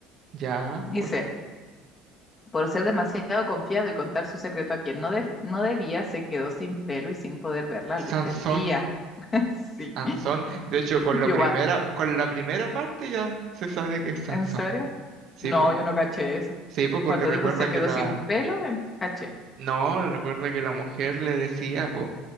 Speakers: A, on the right; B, on the left.
A: Ya,
B: Dice,
A: otra.
B: por ser demasiado confiado y contar su secreto a quien no, def- no debía, se quedó sin pelo y sin poder ver la luz
A: Sansón,
B: del día. <laughs> Sí.
A: Sansón. De hecho, con la
B: Igual,
A: primera, con la primera parte ya se sabe que es Sansón.
B: ¿en serio?
A: ¿Sí,
B: No,
A: po?
B: yo no caché eso.
A: Sí, po, porque
B: Cuando
A: recuerda
B: dijo se quedó
A: que la...
B: sin pelo, en- caché.
A: No, recuerda que la mujer le decía, po,